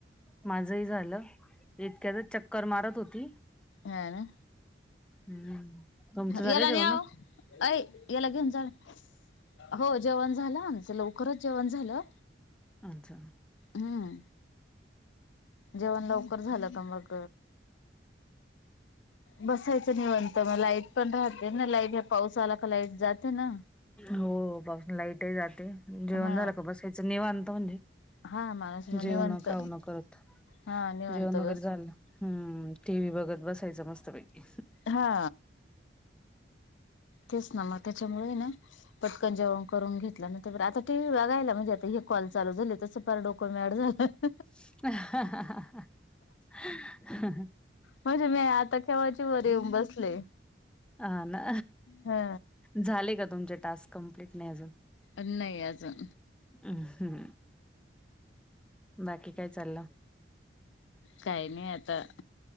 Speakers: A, in the centre; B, on the left (about 85°).
A: माझंही झालं इतक्याच चक् कर मारत होती
B: हा ना
A: हम् तुमचं झालं
B: याला
A: जेवणं.
B: न्या ओ अय याला घेऊन जावा हो जेवण आमच लवकरच जेवण झालं.
A: अछ
B: हम्म. जेवण लवकर झालं का मग बसायच. नि म्हणत मग लाईट पण राहते ना लाईट ह पावसा आला का लाईट जाते ना.
A: हो पासून लाईटही जाते जेवण
B: हा
A: झालं का बस याच निवांत म्हटले.
B: हा माणूस मग
A: जेवणं
B: निवांत
A: खाऊन करत
B: हा निवांत
A: जेवण वगैरे
B: बस
A: झालं. हम्म टी व्ही बघत बसायचं मस्तपैकी.
B: हा. तेच ना मग त्याच्यामुळे ना. पटकन जेवण करून घेतलं ना तर बर आता टीव्ही बघायला म्हणजे आता हे कॉल चालू झाले तसं फार डोक मॅड झालं.
A: <unintelligible>
B: म्हणजे मी आता केव्हाची वर येऊन बसले.
A: ह ना
B: ह
A: झाले का तुमचे टाॅस्क कंप्लीट नाही अजून?
B: अ नाही अजून.
A: हम् हम्म बाकी काय चाललं?
B: काय नाही आता